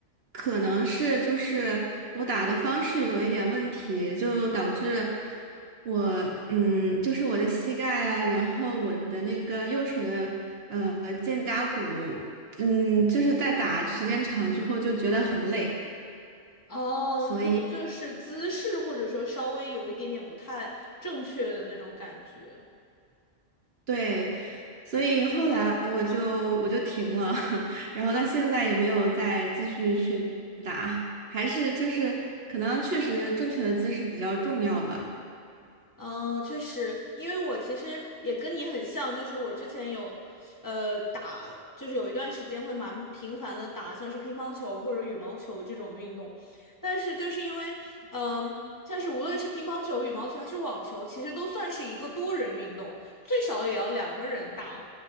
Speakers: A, on the right; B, on the left.
A: 可能是就是我打的方式有一点问题，就导致我嗯，就是我的膝盖啊，然后我的那个右手的呃肩胛骨嗯，就是在打时间长之后就觉得很累，
B: <laughs> 哦，
A: 所以
B: 你可能就是姿势或者说稍微有一点点不太正确的那种感觉。
A: 对，所以后来我就我就停了，<laughs> 然后到现在也没有再继续去打，还是就是可能确实正确的姿势比较重要吧。
B: 嗯，确实，因为我其实也跟你很像，就是我之前有，呃，打，就是有一段时间会蛮频繁的打，像是乒乓球或者羽毛球这种运动，但是就是因为，嗯、像是无论是乒乓球、羽毛球还是网球，其实都算是一个多人运动，最少也要两个人打。